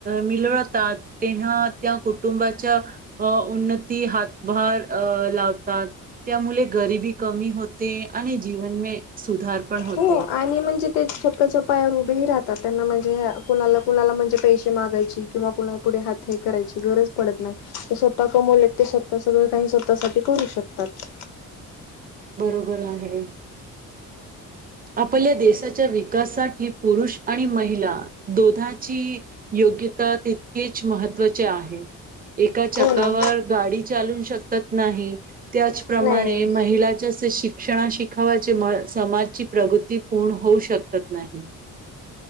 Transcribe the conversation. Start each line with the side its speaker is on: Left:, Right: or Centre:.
Right: मिळळतात तेव्हा त्या कुटुंबाच्या अ उन्नती हातभार अ लावतात. त्यामुळे गरिबी कमी होते. आणि जीवन मे सुधार पण होते.
Left: हो आणि म्हणजे ते स्वतःच्या पायावर उभेही राहतात. त्यांना म्हणजे कुणाला कुनाला म्हणजे पैसे मागायची. किंवा कुणाला पुढे हात हे करायची गरज पडत नाही. तर स्वतः कमवले ते स्वतः सगळ काही स्वतःसाठी करू शकतात.
Right: बरोबर आहे. आपल्या देशाच्या विकासासाठी पुरुष आणि महिला दोघाची ही योग्यता तितकीच महत्त्वाचे आहे. एका चाकावर
Left: हो ना
Right: गाडी. चालू शकत नाही. त्याचप्रमाणे
Left: नाही नाही
Right: महिलाच्या शिक क्षणा शिखावायचे म समाजची. प्रगती पूर्ण होऊ शकतत नाही.